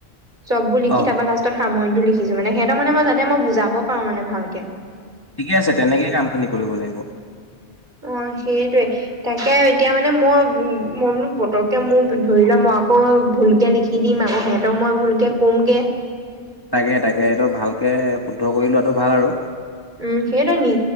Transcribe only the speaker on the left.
অ
ঠিকে আছে তেনেকেই কামখিনি কৰিব লাগিব।
তাকে তাকে এইটো ভালকে শুদ্ধ কৰি লোৱাটো ভাল আৰু।